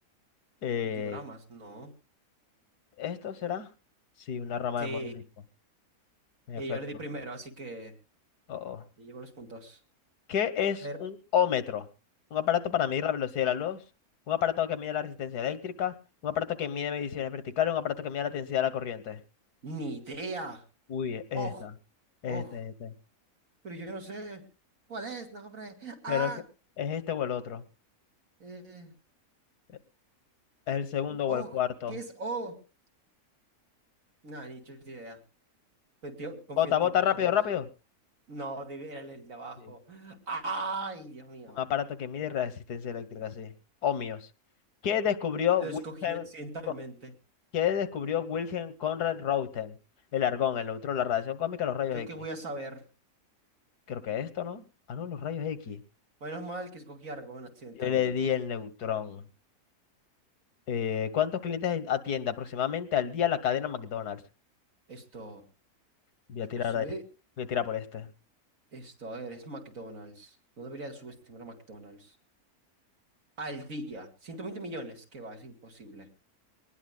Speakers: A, on the left; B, on the right.
A: Eh,
B: Dioramas, no.
A: ¿esto será? Sí, una rama
B: Sí,
A: del modelismo. En
B: eh,
A: efecto.
B: yo le di primero, así que
A: Oh. oh.
B: le llevo los puntos.
A: ¿Qué es
B: Pero,
A: un ómetro? Un aparato para medir la velocidad de la luz, un aparato que mide la resistencia eléctrica, un aparato que mide mediciones verticales, un aparato que mide la densidad de la corriente.
B: Ni idea.
A: Uy, es esta.
B: Ojo,
A: Este,
B: ojo.
A: este.
B: Pero yo no sé. ¿Cuál es? No, hombre. Ah,
A: Creo que es este o el otro.
B: eh,
A: Es el segundo o
B: Oh,
A: el cuarto.
B: ¿qué es Oh? No, ni chuta idea. Confío, confío
A: Bota,
B: en ti,
A: bota,
B: papá
A: rápido,
B: Dios.
A: rápido.
B: No, debe- era el de abajo.
A: Sí.
B: Ay, Dios mío.
A: Un aparato que mide resistencia eléctrica, sí. Ohmios. ¿Qué descubrió
B: Lo
A: Wilhelm,
B: escogí accidentalmente.
A: Co- ¿qué descubrió Wilhelm Conrad Röntgen? El argón, el neutrón, la radiación cósmica, los rayos
B: ¿Yo
A: X.
B: qué voy a saber?
A: creo que esto, ¿no? Ah, no, los rayos X.
B: Menos mal que escogí Argón accidentalmente.
A: Yo le di el neutrón. Eh, ¿cuántos clientes atiende aproximadamente al día la cadena McDonald's?
B: Esto,
A: Voy a
B: yo
A: tirar,
B: qué sé.
A: a este- voy a tirar por este.
B: Esto, a ver, es McDonald's. No debería subestimar a McDonald's. Al día, 120 millones. ¿Qué va? Es imposible.